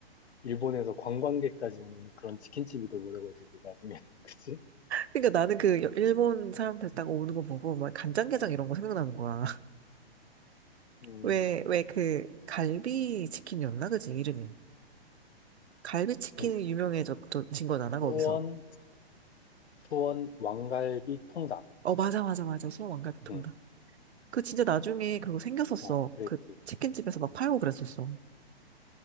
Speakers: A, on the left; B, on the right.
A: 일본에서 관광객까지 오는 그런 치킨집이 돼버려가지고 나중에는 <laughs> 그치?
B: 그러니까 나는 그 여- 일본 사람들 딱 오는 거 보고 막 간장게장 이런 거 생각나는 거야. <laughs>
A: 음,
B: 왜 왜 그 갈비 치킨이었나 그지 이름이? 갈비 치킨이
A: 음.
B: 유명해졌진 거잖아 거기서.
A: 수원, 수원 왕갈비 통닭.
B: 어 맞아 맞아 맞아 소왕갈비 통닭.
A: 음,
B: 그 진짜 나중에 그거 생겼었어.
A: 어, 그랬지.
B: 그 치킨집에서 막 팔고 그랬었어.